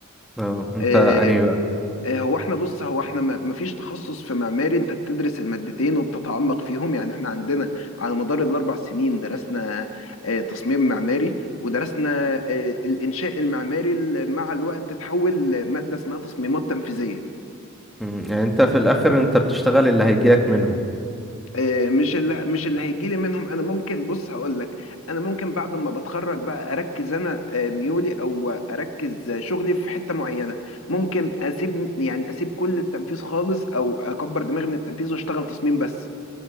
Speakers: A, in the centre; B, on the left.
A: اه انت
B: آه،
A: انهي بقى
B: آه، هو احنا بص هو احنا ما ما فيش تخصص في معماري انت بتدرس المادتين وبتتعمق فيهم يعني احنا عندنا على مدار الاربع سنين درسنا آه، تصميم معماري ودرسنا آه، الانشاء المعماري اللي مع الوقت تتحول ماده اسمها تصميمات تنفيذيه
A: مم، يعني انت في الاخر انت بتشتغل اللي هيجيلك منهم
B: آه، مش اللي مش اللي هيجي لي منهم انا ممكن بص هقول لك انا ممكن بعد ما بتخرج بقى اركز انا آه، ميولي او اركز شغلي في حته معينه ممكن اسيب يعني اسيب كل التنفيذ خالص او اكبر دماغي من التنفيذ واشتغل تصميم بس